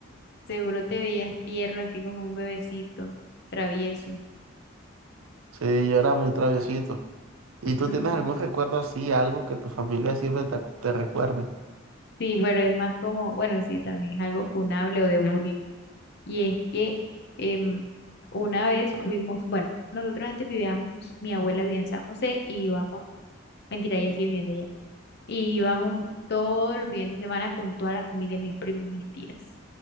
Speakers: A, on the left (about 50°); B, on the right (about 85°).
A: seguro te veías tierno, así como un bebecito, travieso.
B: Sí, yo era muy traviesito. ¿Y tú
A: Mm.
B: tienes algún recuerdo así, algo que tu familia siempre te, acu- te recuerde?
A: Sí, pero es más como, bueno, sí, también es algo funable o de burla. Y es que em, Una vez fuimos, bueno, nosotros antes vivíamos, mi abuela vivía en San José y íbamos, mentira, ella sigue viviendo allá, y íbamos todos los fines de semana con toda la familia, mis primos, mis tías.